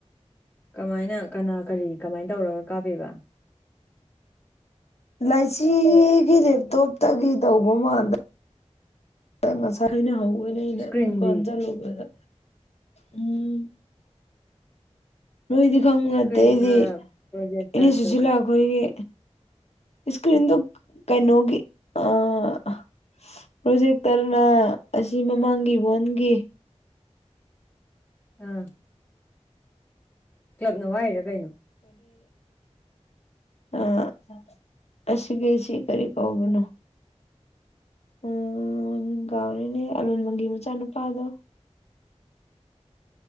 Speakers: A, on the left; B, on the left.
A: ꯀꯃꯥꯏꯅ ꯀꯅꯥ ꯀꯔꯤ ꯀꯃꯥꯏꯅ ꯇꯧꯔꯒ ꯀꯥꯞꯄꯤꯕ
B: ꯂꯥꯏꯆꯤꯒꯤ ꯂꯦꯞꯇꯣꯞꯇꯒꯤ ꯇꯧꯕ ꯃꯥꯜꯂꯦ ꯆꯁ ꯍꯥꯏꯅ ꯍ <unintelligible>
A: ꯏꯁꯀ꯭ꯔꯤꯟꯗꯤ
B: ꯗꯨꯀꯥꯟ ꯆꯂꯨꯧꯕꯗ ꯎꯝ ꯅꯣꯏꯗꯤ ꯈꯪꯕ
A: ꯏꯁꯀ꯭ꯔꯤꯟꯒ
B: ꯅꯠꯇꯦ ꯑꯩꯗꯤ
A: ꯄ꯭ꯔꯣꯖꯦꯛꯇꯔꯒꯗꯤ
B: ꯏꯅꯦ ꯁꯨꯠꯁꯤꯜ ꯂꯥꯛꯄꯒꯤ ꯏꯁꯀ꯭ꯔꯤꯟꯗꯣ ꯀꯩꯅꯩꯅꯣꯒꯤ ꯑꯥ ꯄ꯭ꯔꯣꯖꯦꯛꯇꯔꯅ ꯑꯁꯤ ꯃꯃꯥꯡꯒꯤ ꯋꯥꯟꯒꯤ
A: ꯑꯥ ꯀ꯭ꯂꯕꯅ ꯋꯥꯏꯔꯤꯔꯥ ꯀꯩꯅꯣ
B: ꯑꯥ ꯑꯁꯤꯒꯤꯁꯤ ꯀꯔꯤ ꯀꯧꯕꯅꯣ ꯎꯝ ꯀꯥꯎꯔꯦꯅꯦ ꯑꯂꯨꯟꯃꯪꯒꯤ ꯃꯆꯥꯅꯨꯄꯥꯗꯣ